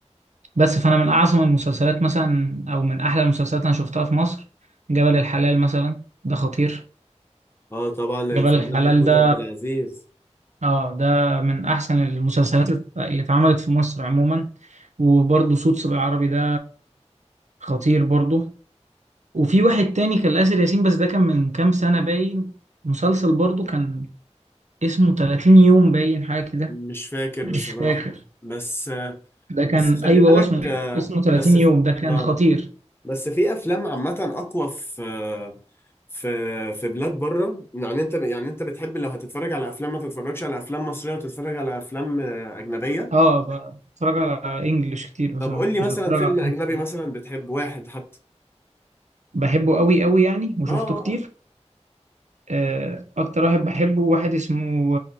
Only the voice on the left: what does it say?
آه طبعا الفنان
محمود
عبد العزيز
مش فاكر
بصراحة
بس
بس خلي
بالك
آه،
بس
آه
بس في افلام عامه اقوى في في في بلاد بره يعني انت يعني انت بتحب لو هتتفرج على افلام ما تتفرجش على افلام مصريه وتتفرج على افلام آه، اجنبيه
طب قول لي
مثلا
فيلم
اجنبي مثلا بتحب واحد حتى
اه آه.